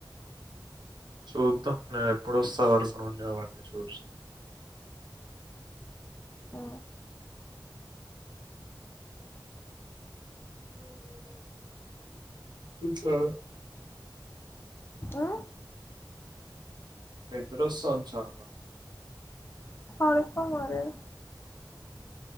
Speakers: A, on the right; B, on the left.
A: చూద్దాం నేను ఎప్పుడు వస్తా వరకు ఉండవని చూ
B: ఆ
A: హా
B: హు
A: పెద్ద్రోసాం చాలా మదా
B: పడకం మరే